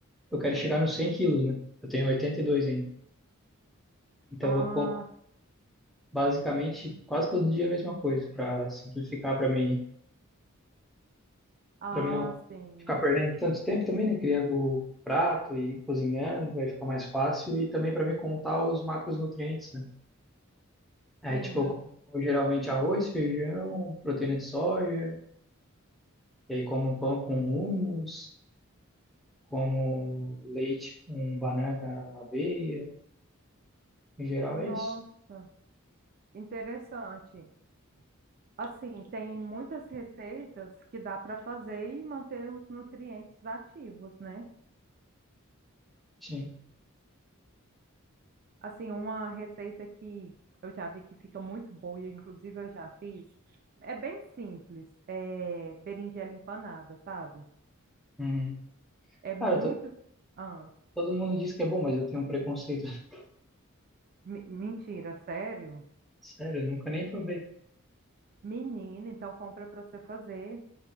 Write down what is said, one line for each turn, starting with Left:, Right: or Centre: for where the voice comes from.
Centre: eu quero chegar nos 100 quilos, né? Eu tenho 82 ainda. Então
Right: Ah,
Centre: eu como basicamente quase todo dia a mesma coisa, para simplificar para mim,
Right: ah,
Centre: para mim não
Right: sim,
Centre: ficar perdendo tanto tempo também, né? Criando prato e cozinhando, vai ficar mais fácil e também para me contar os macronutrientes, né? Aí,
Right: sim.
Centre: tipo, eu como geralmente arroz, feijão, proteína de soja, e aí como pão com hummus, como leite com banana, aveia. Em geral
Right: Nossa,
Centre: é isso.
Right: interessante. Assim, tem muitas receitas que dá para fazer e manter os nutrientes ativos, né?
Centre: Sim.
Right: Assim, uma receita que eu já vi que fica muito boa e inclusive eu já fiz, é bem simples, é berinjela empanada, sabe?
Centre: Uhum.
Right: É muito...
Centre: Cara, to-
Right: Ah,
Centre: todo mundo diz que é bom, mas eu tenho um preconceito. <laughs>
Right: me- mentira, sério?
Centre: Sério, eu nunca nem provei.
Right: Menina, então compra para você fazer,